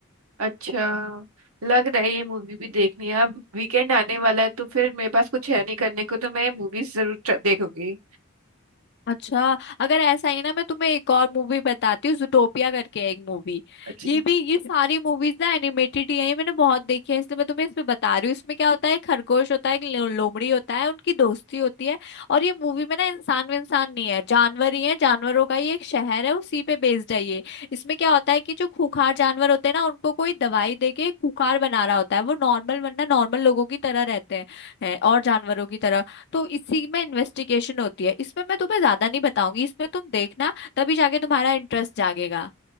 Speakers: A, on the right; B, on the left.
A: अच्छा लग रहा है ये मूवी भी देखनी है अब वीकेंड आने वाला है तो फिर मेरे पास कुछ है नहीं करने को तो मैं मूवीज जरूर ट्र- देखूंगी
B: अच्छा अगर ऐसा ही ना मैं तुम्हें एक और मूवी बताती हूँ जूटोपिया करके है एक मूवी
A: अच्छा
B: ये भी ये सारी मूवीज ना एनिमेटेड ही है ये मैंने बहुत देखी है इसलिए मैं तुम्हें इसमें बता रही हूँ इसमें क्या होता है एक खरगोश होता है एक लो- लोमड़ी होता है उनकी दोस्ती होती है और ये मूवी में ना इंसान में इंसान नहीं है जानवर ही है जानवरों का ये एक शहर है उसी पे बेस्ड है ये इसमें क्या होता है कि जो खूंखार जानवर होते हैं ना उनको कोई दवाई दे के खूंखार बना रहा होता है वो नॉर्मल वरना नॉर्मल लोगों की तरह रहते हैं हैं, और जानवरों की तरह तो इसी में इन्वेस्टिगेशन होती है इसमें मैं तुम्हें ज्यादा नहीं बताऊंगी इसमें तुम देखना तभी जाके तुम्हारा इंटरेस्ट जागेगा